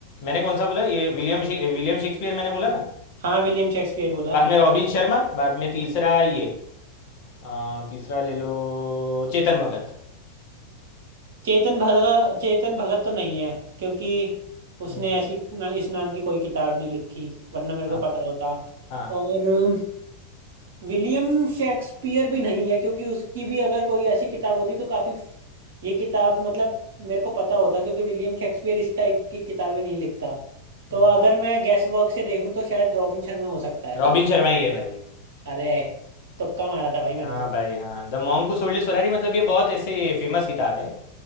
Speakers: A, on the left; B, on the right.
A: मैंने कौन सा बोला ये विलियम शे- विलियम शेक्सपियर मैंने बोला ना
B: हाँ विलियम शेक्सपियर बोला
A: बाद में रॉबिन शर्मा बाद में तीसरा ये अ, तीसरा ले लो चेतन भगत
B: चेतन भगत चेतन भगत तो नहीं है क्योंकि उसने
A: हम्म,
B: ऐसी ना, इस नाम की कोई किताब नहीं लिखी वरना मेरे
A: हाँ
B: को पता होता
A: हाँ
B: और विलियम शेक्सपियर भी नहीं है क्योंकि उसकी भी अगर कोई ऐसी किताब होती तो काफी फ- ये किताब मतलब मेरे को पता होता क्योंकि विलियम शेक्सपियर इस टाइप की किताबें नहीं लिखता तो
A: हम्म,
B: अगर मैं गैस वर्क से देखूं तो शायद रॉबिन शर्मा हो सकता है
A: रॉबिन शर्मा ही है भाई
B: अरे तुक्का मारा था भाई मैंने
A: हाँ
B: तो
A: भाई हाँ the monk who sold his Ferrari मतलब ये बहुत ऐसे फेमस किताब है